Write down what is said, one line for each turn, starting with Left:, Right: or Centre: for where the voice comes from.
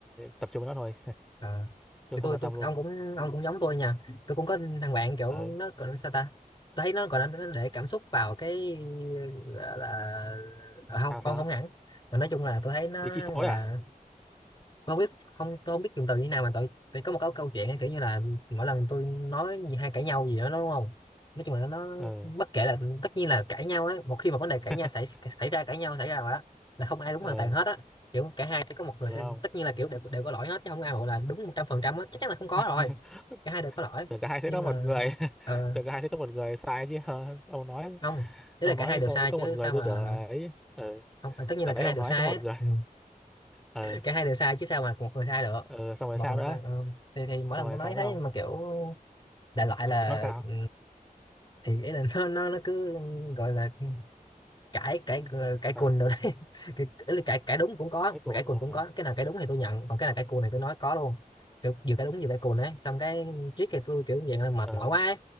Centre: tập trung với nó thôi
Left: à.
Centre: tôi
Left: Thì
Centre: không
Left: tôi
Centre: quan tâm
Left: tôi
Centre: luôn
Left: ông cũng ông cũng giống tôi nha tôi cũng có thằng bạn kiểu
Centre: ờ,
Left: nó gọi là sao ta tôi thấy nó gọi là nó để cảm xúc vào cái gọi là à, không
Centre: sao
Left: không
Centre: sao
Left: không hẳn mà nói chung là tôi thấy nó
Centre: bị chi phối
Left: gọi là
Centre: à
Left: tôi không biết không tôi không biết dùng từ như nào mà tôi phải có một câu câu chuyện ấy, kiểu như là mỗi lần tôi nói gì hay cãi nhau gì đó nó đúng không nói chung là nó
Centre: ờ
Left: bất kể là tất nhiên là cãi nhau ấy một khi mà vấn đề cãi
Centre: <laughs>
Left: nhau xảy xảy ra cãi nhau xảy ra rồi á là không ai đúng
Centre: ờ
Left: hoàn toàn hết á kiểu cả hai phải có một người
Centre: được
Left: sẽ-
Centre: không
Left: tất nhiên là kiểu đều, đều có lỗi hết chứ không ai gọi là đúng một trăm phần trăm á chắc chắn là không có
Centre: <laughs>
Left: rồi cả hai đều có lỗi
Centre: tưởng cả hai sẽ
Left: nhưng
Centre: có một
Left: mà
Centre: người <laughs>
Left: ờ,
Centre: tưởng cả hai sẽ có một người sai chứ ờ, ông nói
Left: không thế
Centre: ông
Left: là
Centre: nói
Left: cả hai đều
Centre: có,
Left: sai
Centre: có
Left: chứ
Centre: một người
Left: sao
Centre: tôi
Left: mà
Centre: tưởng là ấy ờ
Left: không tất nhiên
Centre: tại
Left: là
Centre: nãy
Left: cả hai
Centre: ông
Left: đều
Centre: nói
Left: sai
Centre: có một
Left: ấy.
Centre: người
Left: Ừ.
Centre: ờ
Left: cả hai đều sai chứ sao mà một người sai được
Centre: ờ xong rồi
Left: một
Centre: sao
Left: người
Centre: nữa
Left: sai ừ. thì, thì mỗi
Centre: xong
Left: lần
Centre: rồi
Left: tôi
Centre: sao
Left: nói
Centre: nữa
Left: thế
Centre: ông
Left: mà kiểu đại loại là
Centre: nó sao
Left: ừ, thì ý là nó nó nó cứ gọi là cãi cãi ờ, cãi
Centre: sao
Left: cùn rồi đấy <laughs> Cái- ý là cãi cãi đúng cũng có
Centre: mấy cùng
Left: mà cãi cùn
Centre: nó
Left: cũng có cái nào cãi đúng thì tôi nhận còn cái nào cãi cùn này tôi nói có luôn kiểu vừa cãi đúng vừa cãi cùn ấy xong cái triết thì tôi kiểu dạng là mệt
Centre: ờ
Left: mỏi quá ấy.